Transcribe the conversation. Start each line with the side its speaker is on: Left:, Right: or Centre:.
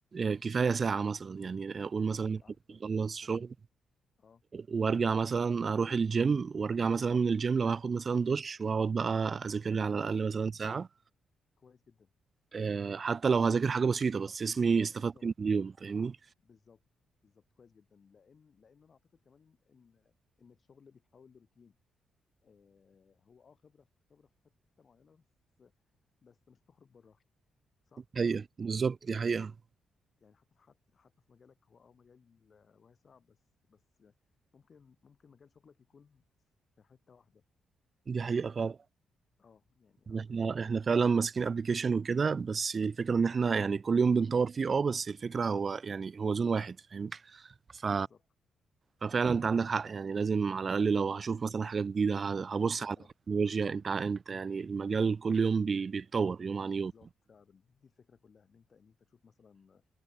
Right: آه، كفاية ساعة مثلا يعني اقول مثلا
Left: أك-
Right: إن
Left: على
Right: أنا
Left: فكره
Right: بخلص
Left: كويس
Right: شغل
Left: اه
Right: وارجع مثلا اروح الجيم وارجع مثلا من الجيم لو هاخد مثلا دش واقعد بقى اذاكر لي على الاقل مثلا ساعة
Left: كويس جدا
Right: آه، حتى لو هذاكر حاجة بسيطة بس اسمي استفدت
Left: بالظبط
Right: من اليوم فاهمني
Left: بالظبط بالظبط كويس جدا لان لان انا اعتقد كمان ان ان إن الشغل بيتحول لروتين آه هو اه خبره في خبره في حته معينه بس بس مش تخرج براها صح
Right: حقيقة بالظبط دي حقيقة
Left: يعني حتى في حتى حتى في مجالك هو اه مجال آه، واسع بس بس ممكن ممكن مجال شغلك يكون في حته واحده
Right: دي حقيقة فعلا
Left: اه يعني
Right: إن
Left: اعتقد
Right: احنا احنا فعلا ماسكين ابلكيشن وكده بس الفكرة ان احنا يعني كل يوم بنطور فيه اه بس الفكرة هو يعني هو زون واحد فاهم ف
Left: بالظبط
Right: ففعلا انت عندك حق يعني لازم على الاقل لو هشوف مثلا حاجه جديده ه- هبص
Left: بالظبط
Right: على التكنولوجيا انت ع- انت يعني المجال كل يوم بي- بيتطور يوم عن
Left: بالظبط
Right: يوم
Left: فعلا دي دي الفكره كلها ان انت ان انت تشوف مثلا